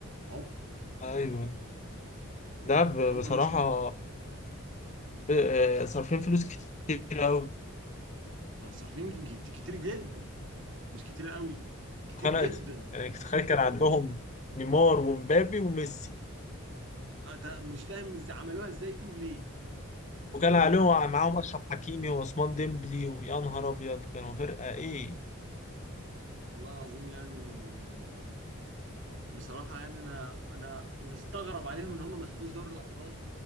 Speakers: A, on the right; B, on the left.
A: عبط
B: ايوه لا ب-
A: هم
B: بصراحه
A: الناس
B: آه، صارفين فلوس كتير قوي
A: صارفين كت- كتير جدا مش كتير قوي كتير
B: خلاص
A: جدا
B: يعني تخيل كان عندهم نيمار ومبابي وميسي
A: أنت مش فاهم ازاي عملوها ازاي دي وليه
B: وكان
A: ليه
B: عليهم
A: يعني
B: معاهم اشرف حكيمي وعثمان ديمبلي ويا نهار ابيض كانوا فرقه ايه
A: والله العظيم يعني آه، بصراحة يعني انا انا مستغرب عليهم ان هم ما خدوش دوري الابطال